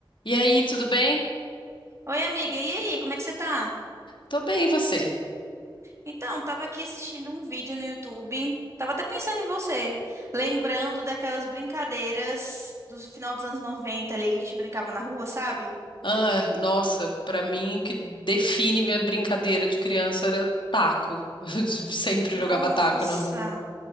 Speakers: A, on the left; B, on the right.
A: E aí, tudo bem?
B: Oi, amiga, e aí, como é que você tá?
A: Tô bem, e você?
B: Então, tava aqui assistindo um vídeo no YouTube, tava até pensando em você, lembrando daquelas brincadeiras do final dos anos 90 ali que a gente brincava na rua, sabe?
A: Ah, nossa, pra mim o que define minha brincadeira de criança era taco. <laughs> Eu sempre
B: Nossa,
A: jogava taco na rua.